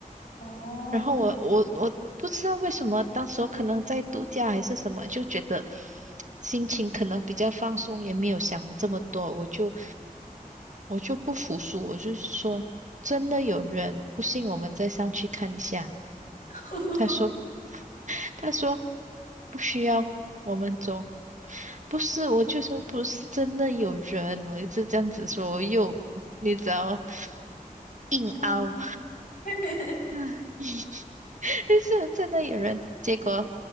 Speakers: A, on the left; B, on the right.
A: 哦，
B: 然后我我我不知道为什么，当时候可能在度假还是什么，就觉得心情可能比较放松，也没有想这么多，我就我就不服输，我就说真的有人，不信我们再上去看一下。
A: <laughs>
B: 他说他说不需要，我们走。不是，我就说不是真的有人，我一直这样子说，我又你只要硬凹，
A: 嗯，<laughs>
B: 但 <laughs> 是真的有人。结果